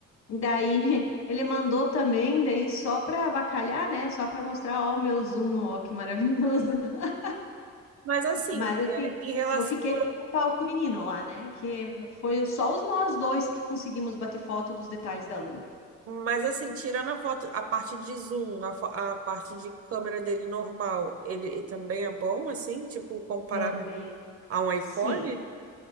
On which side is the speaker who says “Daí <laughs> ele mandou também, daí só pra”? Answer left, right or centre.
Left